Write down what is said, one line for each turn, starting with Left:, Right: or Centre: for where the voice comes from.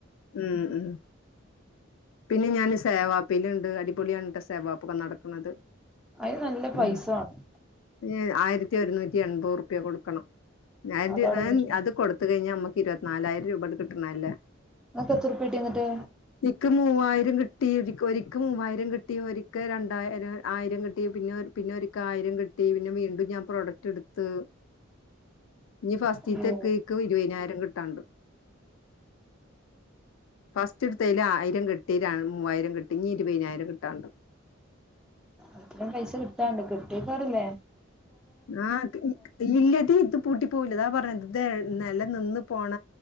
Left: ഉം ഉം പിന്നെ ഞാൻ സേവാപ്പിൽ ഇണ്ട് അടിപൊളിയാണ് ട്ടോ സേവാപ്പുക്കൊ നടക്ക്ണത്
Centre: അതിന് നല്ല പൈസ
Left: ഉം
Centre: വേണം
Left: ഇഞ് ആയിരത്തി ഒരുന്നൂ റ്റി എൺപത് റുപ്യ കൊട്ക്കണം <unintelligible> അയ്
Centre: അതാണ് പ്രശ്നം
Left: അത് കൊട്ത്ത് കഴിഞ്ഞാൽ ഞമ്മക്ക് ഇരുവത്തിനാലായിരം രൂപട്ട് കിട്ടണെ അല്ലേ
Centre: ഇങ്ങക്ക് എത്ര ഉറുപ്യട്ടി ഇന്നെട്ട്
Left: ഇക്ക് മൂവായിരം കിട്ടി രിക്കെ ഒരിക്കെ മൂവായിരം കിട്ടി ഒരിക്കെ രണ്ടായിരം ആയിരം കിട്ടി പിന്നൊരി പിന്നൊരി ക്കായിരം കിട്ടി പിന്നെ വീണ്ടും ഞാൻ പ്രൊഡക്റ്റ് ഇട്ത്ത് ഇഞ് ഫസ്റ്റീത്തെക്ക്
Centre: അയ്യോ
Left: ഇക്ക് ഇരിവിനായിരം കിട്ടാണ്ട് ഫസ്റ്റ് ഇട് ത്തേൽ ആ രം കിട്ടി മൂവായിരം കിട്ടി ഇഞ് ഇര്‌വിനായിരം കിട്ടാണ്ട്
Centre: അത്രേം പൈസ കിട്ടാണ്ട് കിട്ടൊയ്ക്കാരം ലെ
Left: ആ ക്ക് ക്ക് ഇല്ലെടി ഇത് പൂട്ടി പോവ്‌ലാ അതാ പറിണെ ഇത് നെല നിന്ന് പോണ